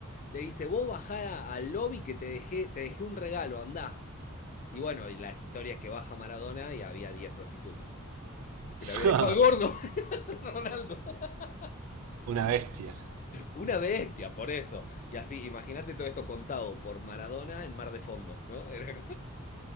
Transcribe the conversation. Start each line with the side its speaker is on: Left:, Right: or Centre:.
Left: Le dice, vos bajá al lobby que te dejé, te dejé un regalo, andá. Y bueno, y la historia es que baja Maradona y había 10 prostitutas. Que
Right: <laughs>
Left: le había dejado al gordo, <laughs> Ronaldo. <laughs>
Right: Una bestia.
Left: Una bestia, por eso. Y así, imagínate todo esto contado por Maradona en Mar de Fondo, ¿no? Era